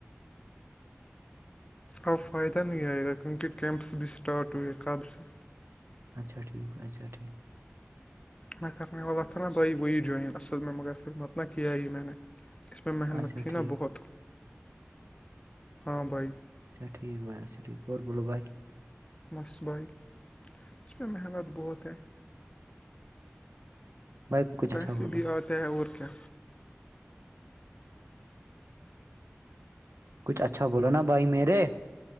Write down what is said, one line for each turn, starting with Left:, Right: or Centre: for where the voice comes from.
Left: اب فائدہ نہیں آئے گا کیونکہ کیمپس بھی اسٹارٹ ہوئے کاب سے
Right: اچھا ٹھیک اچھا ٹھیک
Left: میں کر غات دائی وہ جائن اصل میں مگر پھر مت نہ ک یہ نے اس میںہ محنت
Right: اچھا
Left: تھی
Right: ٹھیک
Left: نا بہت ہاں بھائی
Right: اچا ٹھیک بائی اچا ٹھ ک بل بائے <unintelligible>
Left: مس بائی اس میں محنت بہت ہے
Right: بھائی کچھ
Left: پیسے
Right: اچھا بولو
Left: بھی آتے ہیں اور کیا
Right: کچھ اچھا بولو نا بھائی میرے